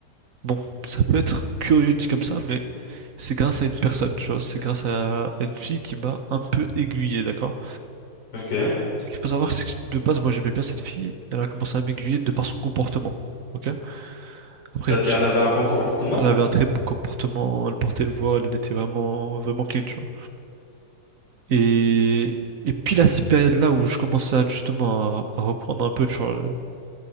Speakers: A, on the right; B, on the left.
A: Bon, ça peut être curieux dit comme ça, mais c'est grâce à une personne, tu vois. C'est grâce à une fille qui m'a un peu aiguillé, d'accord?
B: Ok.
A: Ce qu'il faut savoir, c'est que de base, moi j'aimais bien cette fille. Elle a commencé à m'aiguiller de par son comportement, ok? Après,
B: C'est-à-dire,
A: je me suis.
B: elle avait un bon comportement.
A: Elle avait un très bon comportement, elle portait le voile, elle était vraiment, vraiment clean, tu vois. Et, et puis, la période là où je commençais à, justement à, à reprendre un peu, tu vois,